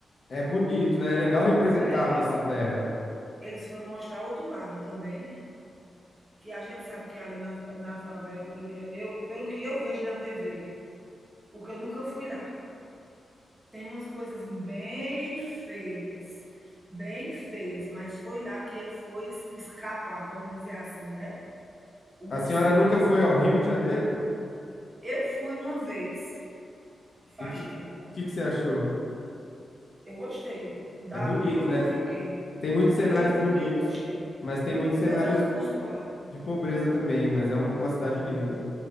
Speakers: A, on the left (about 55°); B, on the right (about 25°).
A: É bonito, né? É legal representar
B: Nunca é,
A: a
B: mas
A: nossa terra.
B: Eles foram mostrar outro lado também, que a gente sabe que é ali na, na favela, pelo que eu, pelo que eu vejo na TV, porque eu nunca fui lá, tem umas coisas bem feias, bem feias, mas foi lá que ele foi escapar, vamos dizer assim, né? O mocinho,
A: A senhora nunca
B: ele,
A: foi ao Rio de Janeiro?
B: eu fui uma vez, faz
A: E o que,
B: tempo.
A: o que que você achou?
B: Eu gostei da,
A: É bonito,
B: de onde
A: né?
B: eu fiquei.
A: Tem muitos cenários
B: De onde eu
A: bonitos,
B: fiquei, eu gostei.
A: mas tem muitos
B: Eu fui
A: cenários
B: fazer um curso lá.
A: de pobreza também, mas é um- uma cidade linda.